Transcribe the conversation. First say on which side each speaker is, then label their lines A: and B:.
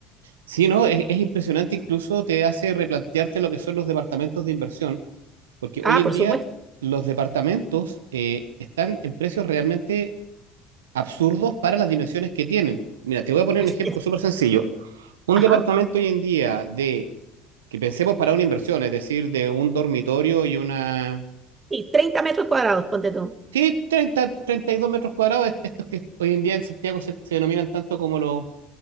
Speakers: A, on the right; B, on the right.
A: Sí, no, es, es impresionante, incluso te hace replantearte lo que son los departamentos de inversión, porque hoy
B: Ah,
A: en
B: por
A: día
B: supuesto.
A: los departamentos eh, están en precios realmente absurdos para las dimensiones que tienen. Mira, te voy a poner
B: Así
A: un ejemplo
B: es.
A: súper sencillo. Un
B: Ajá.
A: departamento hoy en día de, que pensemos para una inversión, es decir, de un dormitorio y una...
B: Y 30 metros cuadrados, ponte tú.
A: Sí, treinta treinta y dos metros cuadrados, est- estos que hoy en día en Santiago se, se denominan tanto como los,